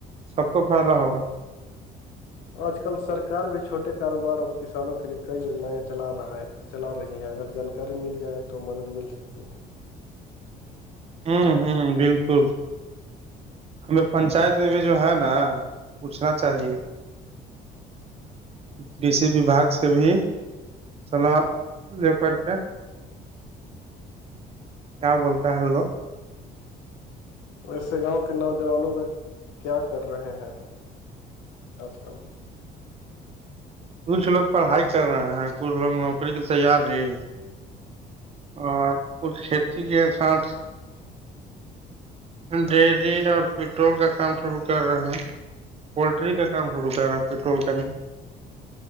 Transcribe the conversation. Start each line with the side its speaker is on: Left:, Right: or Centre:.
Right: سب کو فائدہ ہوگا <unintelligible>
Left: آج کل سرار بھی چھوٹے کاروبار اور کسانوں کے لیے کئی یجنیں چلا رہا ہے <unintelligible> چلا رہی ہے اگر جانکاری مل جائے تو مدد مل سکتی ہے
Right: ہوں ہوں بالکل ہمیں پنچایت میں بھی جو ہے نا پوچھنا چاہیے کشی وباگ سے بھی <unintelligible> سلا د کر کے <unintelligible> کیا بولتا ہولو <unintelligible>
Left: ویسے گاؤں کے نوجوانوں کا کیا کر رہے ہیں آج کل
Right: کچھ لوگ پڑھائی کر رہے ہیں کچھ لوگ نوکری کی تیار ہی اور کچھ کھیتی کے ساتھ ڈری اور پیٹرول کا کام شروع کر رہے ہیں پولٹری کا کام شرو کر رہے ہیں پیٹرول کانے